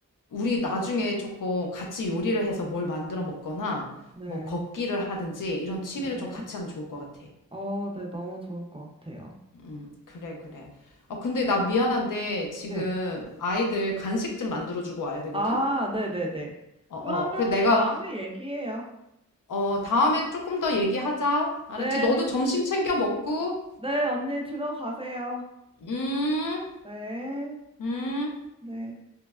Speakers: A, on the left; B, on the right.
A: 우리 나중에 조금 같이 요리를 해서 뭘 만들어 먹거나
B: 네.
A: 뭐 걷기를 하든지 이런 취미를
B: 네.
A: 좀 같이 하면 좋을 것 같아.
B: 어, 네. 너무 좋을 것 같아요.
A: 음, 그래, 그래. 아, 근데 나 미안한데 지금
B: 네.
A: 아이들 간식 좀 만들어주고 와야 되거든?
B: 아, 네네네.
A: 어,
B: 그러면
A: 어. 그 내가
B: 다음에 얘기해요.
A: 어, 다음에 조금 더 얘기하자. 알았지?
B: 네.
A: 너도 점심 챙겨 먹고.
B: 네. 언니 들어가세요.
A: 음,
B: 네.
A: 음.
B: 네.